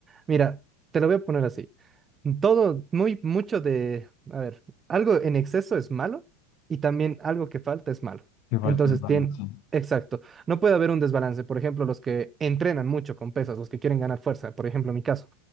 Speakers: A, on the right; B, on the left.
A: Mira, te lo voy a poner así. Todo, muy, mucho de, a ver, algo en exceso es malo y también algo que falta es malo.
B: Que falta
A: Entonces,
B: el balance.
A: tiene, exacto, no puede haber un desbalance. Por ejemplo, los que entrenan mucho con pesas, los que quieren ganar fuerza, por ejemplo, en mi caso,